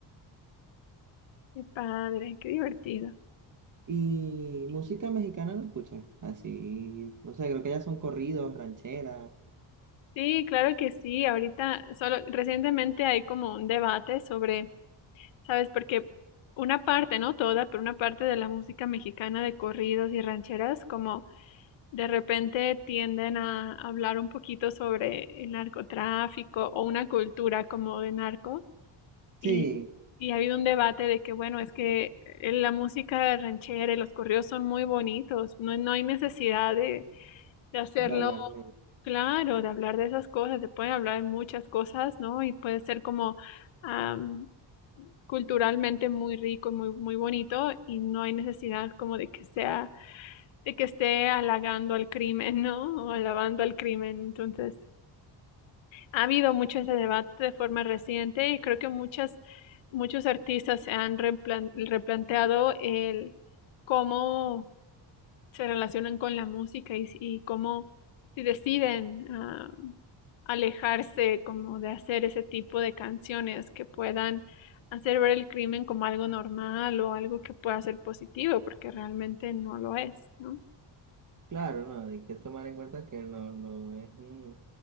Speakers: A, on the left (about 85°); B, on the right (about 40°).
A: Qué padre, qué divertido.
B: Y música mexicana no escuchas, así, no sé, creo que ya son corridos, rancheras.
A: Sí, claro que sí. Ahorita, solo recientemente hay como un debate sobre, ¿sabes? Porque una parte, no toda, pero una parte de la música mexicana de corridos y rancheras, como De repente tienden a hablar un poquito sobre el narcotráfico o una cultura como de narco y,
B: Sí,
A: y ha habido un debate de que, bueno, es que eh, la música ranchera y los corridos son muy bonitos, no, no hay necesidad de, de hacerlo
B: de hablar de eso.
A: claro, de hablar de esas cosas, se pueden hablar de muchas cosas, ¿no? Y puede ser como am, culturalmente muy rico y muy, muy bonito y no hay necesidad como de que sea de que esté halagando al crimen, ¿no? O alabando al crimen. Entonces, ha habido mucho ese debate de forma reciente y creo que muchas, muchos artistas se han replan- replanteado el cómo se relacionan con la música y, y cómo si deciden ah, alejarse como de hacer ese tipo de canciones que puedan hacer ver el crimen como algo normal o algo que pueda ser positivo, porque realmente no lo es, ¿no?
B: Claro, no, hay que tomar en cuenta que no, no es, mm,